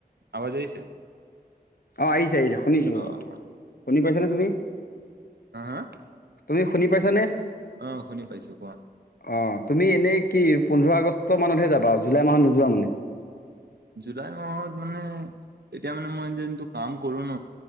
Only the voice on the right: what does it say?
আৱজ আহিছে।
অ অ
হা, হা
অ', শুনি পাইছোঁ কোৱা।
জুলাই মাহত মানে এতিয়া মানে মই যোনটো কাম কৰো ন